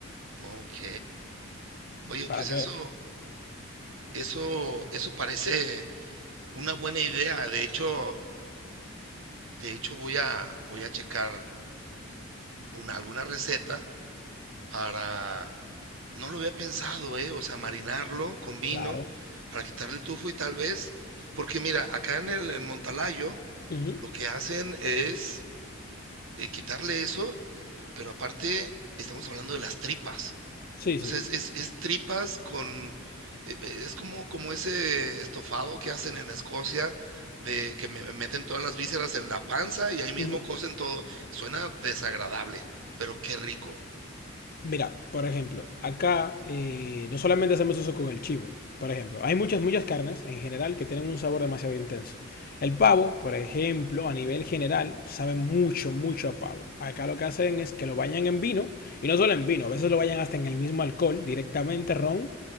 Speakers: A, on the right (about 70°); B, on the left (about 45°).
A: ok. Oye,
B: ¿Para
A: pues
B: qué?
A: eso, eso, eso parece una buena idea. De hecho, de hecho voy a, voy a checar una, alguna receta para No lo había pensado, ¿eh? O sea, marinarlo con vino
B: Claro.
A: para quitarle el tufo y tal vez, porque mira, acá en el en Montalayo
B: Ujú.
A: lo que hacen es eh, quitarle eso, pero aparte estamos hablando de las tripas.
B: Sí, sí.
A: O sea, es, es- es tripas con... eh, eh, es como, como ese estofado que hacen en Escocia, de que me- me meten todas las vísceras en la panza y ahí mismo
B: Ujú.
A: cocen todo. Suena desagradable, pero qué rico.
B: Mira, por ejemplo, acá eh, no solamente hacemos eso con el chivo. Por ejemplo, hay muchas, muchas carnes en general que tienen un sabor demasiado intenso. El pavo, por ejemplo, a nivel general, sabe mucho, mucho a pavo. Acá lo que hacen es que lo bañan en vino, y no solo en vino, a veces lo bañan hasta en el mismo alcohol, directamente ron,